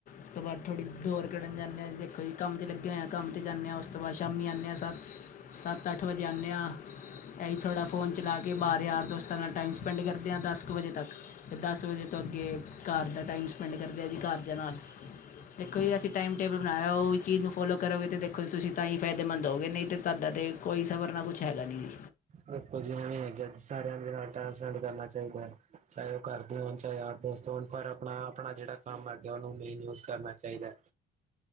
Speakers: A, on the left (about 55°); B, on the right (about 45°).
A: ਉਸ ਤੋਂ ਬਾਅਦ ਥੋੜੀ ਦੌੜ ਕੱਰਨ ਜਾਂਦੇ ਹਾਂ ਜ ਦੇੋਖੋ ਜੀ ਕਾਮ ਤੇ ਲੱਗੇ ਹੋਏ ਆ ਕੰਮ 'ਤੇ ਜਾਂਦੇ ਹਾਂ ਉਸ ਤੋਂ ਬਾਅਦ ਸ਼ਾਮੀਂ ਸੱਤ ਸੱਤ ਅੱਠ ਵਜੇ ਆਣੇ ਆਂ। ਇਹ ਧੋੜਾ ਫ਼ੋਨ ਚਲਾ ਕੇ, ਬਾਹਾਰ ਯਾਰ ਦੋਸਤਾਂ ਨਾਲ ਟਾਈਮ ਸਪੈਂਡ ਕਰਦੇ ਆਂ ਦਸ ਕੁ ਵਜੇ ਤੱਕ ਅਤੇ ਦਸ ਵਜੇ ਤੋਂ ਅੱਗੇ ਘਰ ਦਾ ਟਾਈਮ ਸਪੈਂਡ ਕਰਦੇ ਆ ਜੀ, ਘਰ ਦੇਆਂ ਨਾਲ। ਦੇਖੋ ਜੀ ਅਸੀਂ ਟਾਈਮ ਟੇਬਲ ਬਣਾਇਆ, ਉਹਹੀ ਚੀਜ਼ ਨੂੰ ਫੋਲੋ ਕਰੋਗੇ ਦੇਖ ਖਲ ਤੁਸੀਂ ਤਾਂ ਹੀ ਫ਼ਾਇਦੇਮੰਦ ਹੋਗੇ, ਨਈਂ ਤੇ ਤੁਆਡਾ ਤੇ ਕੋਈ ਸਫ਼ਰ ਨਾ ਕੁਛ ਹੈਗਾ ਨਈਂ ਜੀ।
B: ਬਿਲਕੁਲ ਜੀ ਇਹ ਵੀ ਹੈਗਾ ਸਾਰਿਆਂ ਦੇ ਨਾਲ ਟਾਈਮ ਸਪੈਂਡ ਕਰਨਾ ਚਾਹੀਦਾ ਹੈ। ਚਾਹੇ ਉਹ ਘਰ ਦੇ ਹੋਣ ਚਾਹੇ ਯਾਰ ਦੋਸਤ। ਫੋਨ ਪਰ ਆਪਣਾ ਆਪਣਾ ਜਿਹੜਾ ਕੰਮ ਹੈਗਾ। ਉਹਨੂੰ ਮੇਨ ਯੂਜ ਕਰਨਾ ਚਾਹੀਦਾ ਹੈ।